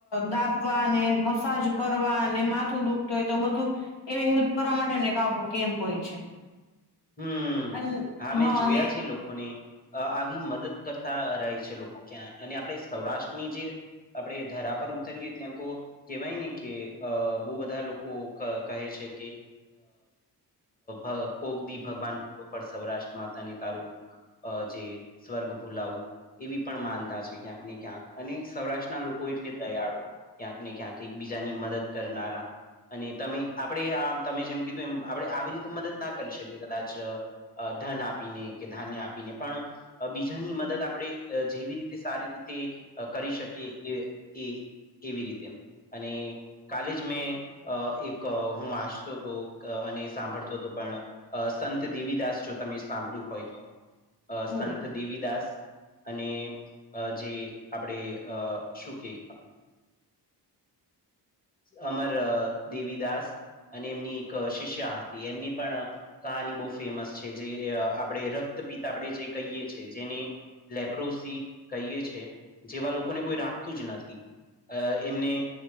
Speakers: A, on the left (about 75°); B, on the left (about 20°).
A: દાબવા અનેને મસાજ કરવા અને માથું દુખતું હોય તો બધું. એવી હેલ્પ કરવા માટે એકખ કેમ્પ હોય છે.
B: હમ,
A: અને
B: હા મેં જોયા
A: અને
B: છે લોકોને. આવી મદદ કરતા રહે છે લોકો ક્યાં અને આપણે સૌરાષ્ટ્રની જે આપડણે ધરા પર ઉતરીએ ત્યાં તો કેહેવાય ને કે અ બહુ બધા લોકો કહે છે કે, અ કોકદીપ ભગવાન ઉપ સૌરાષ્ટ્ર માતા ને તારું જે સ્વર્ગ ભૂલાવું. એવી પણ માનતા છે ક્યાંક ને ક્યાંક અને સૌરાષ્ટ્રના લોકો એટલે દયાળુ. ક્યાંક ને ક્યાંક એકબીજાની મદદ કરનારા. અને તમે આપણેે આ તમે જેમ કીધું એમ આપણે આવી રીતે મદદ ના કરી શકીએ કદાચ અ ધન આપીને કે ધાન્ય આપીને પણ બીજાની મદદ આપણે જેવી રીતે સારી રીતે કરી શકીએ એ એ એવી રીતે, અને કાલે જ મેં એક હું વાંચતો હતો અને સાંભળતો હતો પણ અ સંત દેવીદાસ જો તમે સાંભળ્યું હોય તો,
A: હમ
B: સંત દેવીદાસ અને જે આપણે અ શું કે <inaudible> અમર દેવીદાસ અને એમની એક શિષ્યા હતી એમની પણ કાની બહુ ફેમસ છે જે આપણે રક્તપત આપણે જે કહીએ છીએ જેને. લેપ્રોસી કહીએ છે જેવા લોકોને કોઈ રાખતું જ નથી. અ એમને